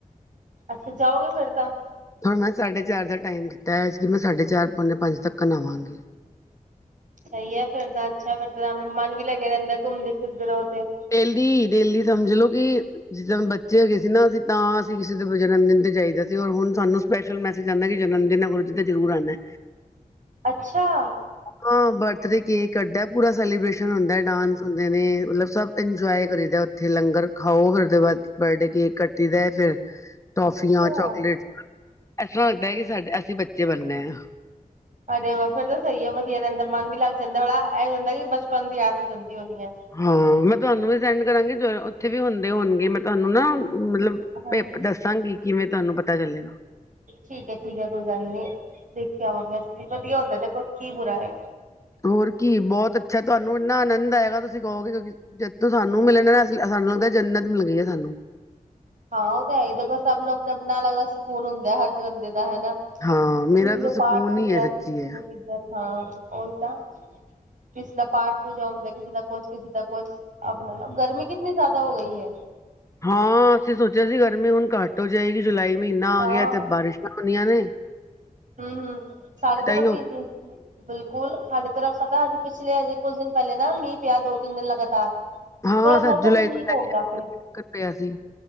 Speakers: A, on the right; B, on the left.
A: ਅੱਛਾ ਜਾਓਗੇ ਫੇਰ ਤਾਂ।
B: ਹੁਣ ਮੈਂ ਸਾਢੇ ਚਾਰ ਦਾ ਟਾਈਮ ਕੀਤਾ ਐਤਕੀ ਮੈਂ ਸਾਢੇ ਚਾਰ ਪੌਨੇ ਪੰਜ ਤੱਕ ਆਵਾਂਗੀ।
A: ਸਹੀ ਹੈ ਫਿਰਦਾ ਅੱਛਾ ਫਿਰਦਾ ਮਨ ਵੀ ਲੱਗਿਆ ਰਹਿੰਦਾ ਘੁੰਮਦੇ ਫਿਰਦੇ ਰਹੋ ਤੇ।
B: ਡੇਲੀ ਡੇਲੀ ਸਮਝ ਲਓ ਕਿ। ਜਿੱਦਨ ਬੱਚੇ ਹੋਗੇਏ ਸੀ ਨਾ ਅਸੀਂ ਤਾਂ ਅਸੀਂ ਕਿਸੇ ਦੇ ਜਨਮਦਿਨ ਜਾਈਦਾ ਸੀ ਔਰ ਹੁਣ ਸਾਨੂੰ। ਸਪੈਸ਼ਲ ਮੈਸੇਜ ਆਂਦਾ ਕਿ ਜਨਮ ਦਿਨ ਹੈ ਗੁਰੂ ਜੀ ਦਾ ਜ਼ਰੂਰ ਆਣਾ।
A: ਅੱਛਾ।
B: ਹਾਂ ਬਰਥਡੇ ਕੇਕ ਕੱਟਦਾ ਪੂਰਾ ਸੈਲੀਬ੍ਰੇਸ਼ਨ ਹੁੰਦਾ ਡਾਂਸ ਹੁੰਦਾ। ਮਤਲਬ ਸਭ ਇੰਜੋਏ ਕਰੀ ਦਾ ਉੱਥੇ ਲੰਗਰ ਖਾਓ ਫਿਰ ਉਹਦੇ ਬਾਅਦ ਬਰਡੇ ਕੇਕ ਕੱਟੀ ਦਾ ਫਿਰ। ਟੋਫੀਆਂ
A: ਅੱਛਾ
B: ਚੋਕਲੇਟ ਐ ਸਾਡੇ ਹੀ ਅਸੀਂ ਬੱਚੇ ਬਣ ਗਏ ਆਂ।
A: ਅਰੇ ਫੇਰ ਤਾਂ ਸਹੀ ਹੈ ਵਧੀਆ ਰਹਿੰਦਾ ਮਨ ਵੀ ਲੱਗ ਜਾਂਦਾ ਬੜਾ ਇਹ ਹੁੰਦਾ ਕਿ ਬਚਪਨ ਦੀ ਆ ਆਦਤ ਹੁੰਦੀ ਹੋਣੀ ਹੈ।
B: ਹਾਂ ਮੈਂ ਤੁਹਾਨੂੰ ਵੀ ਸੈਂਡ ਕਰਾਂਗੀ ਉੱਥੇ ਵੀ ਹੁੰਦੇ ਹੋਣਗੇ ਮੈਂ ਤੁਹਾਨੂੰ ਨਾ ਮਤਲਬ।
A: ਹਾਂਜੀ
B: ਤੇ ਦੱਸਾਂਗੀ ਕਿਵੇਂ ਤੁਹਾਨੂੰ ਪਤਾ ਚਲੇਗਾ।
A: ਠੀਕ ਐ ਠੀਕ ਐ ਕੋਈ ਗੱਲ ਨੀ ਦੇਖ ਕੇ ਆਵਾਂਗੇ ਅਸੀਂ ਵਧੀਆ ਹੁੰਦਾ ਦੇਖੋ ਕੀ ਬੁਰਾ ਐ।
B: ਹੋਰ ਕੀ ਬਹੁਤ ਅੱਛਾ ਤੁਹਾਨੂੰ। ਇੰਨਾ ਆਨੰਦ ਆਏਗਾ ਤੁਸੀਂ ਕਹੋਗੇ ਕਿਉਂਕਿ ਜੇਤੋਂ ਸਾਨੂੰ ਮਿਲਣਣਾ ਨਾ ਸਾਨੂੰ ਲੱਗਦਾ ਜਨਤ ਮਿਲ ਗਈ ਐ। ਸਾਨੂੰ।
A: ਹਾਂ ਉਹ ਤਾਂ ਹੈ ਹੀ ਦੇਖ ਸਭ ਨੂੰ ਆਪਣਾ-ਆਪਣਾ ਅਲਗ-ਅਲੱਗ ਸਕੂਨ ਹੁੰਦਾ ਐ ਹਰਜ ਬੰਦੇ ਦਾ ਹਨਾ। ਕਿਸ
B: ਹਾਂ ਮੇਰਾ
A: ਦਿਨ
B: ਤਾਂ ਸਕੂਨ
A: ਪਾਠ ਪੂਜਾ
B: ਹੀ ਹੈ
A: ਕਿਸ
B: ਸੱਚੀ ਹੈ
A: ਦਿਨ ਕਿਸ। ਹਾਂ ਉਹੀ ਤਾਂ ਕਿਸੇ ਦਾ ਪਾਠ ਪੂਜਾ ਹੁੰਦਾ ਕਿਸੇ ਦਾ ਕੁਛ ਕਿਸੇ ਦਾ ਕੁਛ। ਆਪਣਾ ਗਰਮੀ ਕਿਤਨੀ ਜ਼ਿਆਦਾ ਹੋ ਗਈ ਐ।
B: ਹਾਂ ਅਸੀਂ ਸੋਚਿਆ ਸੀ ਗਰਮੀ ਹੁਣ ਘੱਟ ਹੋ ਜਾਏਗੀ ਜੁਲਾਈ ਮਹੀਨਾ
A: ਹਾਂ
B: ਆ ਗਿਆ ਤੇ ਬਾਰਿਸ਼ਾਂ ਹੁੰਦੀਆਂ ਨੇ।
A: ਹਮ-ਹਮ ਸਾਡੇ
B: ਉਲਟਾ
A: ਤਰਫ
B: ਹੀ ਹੋ
A: ਇੰਝੀ। ਬਿਲਕੁਲ ਸਾਡੇ ਤਰਫ ਪਤਾ ਅਜੇ ਪਿਛਲੇ ਹਜੇ ਕੁੱਝ ਦਿਨ ਪਹਿਲੇ ਨਾ ਮੀਂਹ ਪਿਆ ਦੋ ਤਿੰਨ ਦਿਨ ਲਗਾਤਾਰ। ਥੋੜਾ
B: ਹਾਂ
A: ਮੌਸਮ
B: ਸੱਤ ਜੁਲਾਈ
A: ਠੀਕ
B: ਤੋਂ
A: ਹੋ
B: ਲੈ ਕੇ
A: ਗਿਆ
B: ਨੌ
A: ਫਿਰ।
B: ਜੁਲਾਈ ਤੱਕ ਪਿਆ ਸੀ